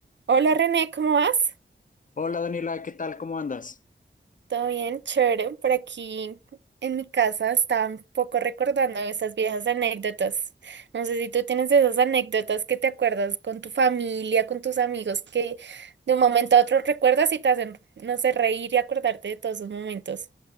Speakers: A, on the right; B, on the left.
A: Hola René, ¿cómo vas?
B: Hola Daniela, ¿qué tal? ¿Cómo andas?
A: ¿Todo bien? Chévere. Por aquí en mi casa estaba un poco recordando esas viejas anécdotas. No sé si tú tienes esas anécdotas que te acuerdas con tu familia, con tus amigos, que de un momento a otro recuerdas y te hacen, no sé, reír y acordarte de todos esos momentos.